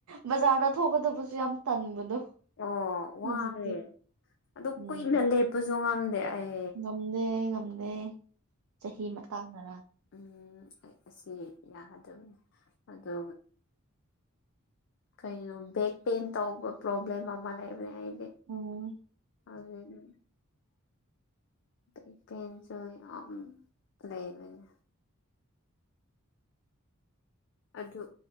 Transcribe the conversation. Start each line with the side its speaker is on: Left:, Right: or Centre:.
Right: ꯕꯖꯥꯔꯗ ꯊꯣꯛꯀꯗꯕꯁꯨ ꯌꯥꯝ ꯇꯟꯕꯗꯣ
Left: ꯑꯣ
Right: ꯍꯧꯖꯤꯛꯇꯤ
Left: ꯋꯥꯔꯦ ꯑꯗꯨ
Right: ꯎꯝ
Left: ꯀꯨꯏꯅ ꯂꯦꯞꯄꯁꯨ ꯉꯝꯗꯦ ꯑꯩ
Right: ꯉꯝꯗꯦ ꯉꯝꯗꯦ ꯆꯍꯤ ꯃꯇꯥꯡꯗꯔ
Left: ꯎ ꯑꯩ ꯑꯁꯤ ꯌꯥꯒꯗꯕꯅꯤ ꯑꯗꯨ ꯀꯩꯅꯣ ꯕꯦꯛ ꯄꯦꯟ ꯇꯧꯕ ꯄ꯭ꯔꯣꯕ꯭ꯂꯦꯝ ꯑꯃ ꯂꯩꯕꯅꯦ ꯑꯩ
Right: ꯎꯝ
Left: ꯑꯗꯨ ꯄ ꯄꯁꯨ ꯑ ꯂꯩ ꯂꯩꯕꯅꯦ ꯑꯗꯨꯗ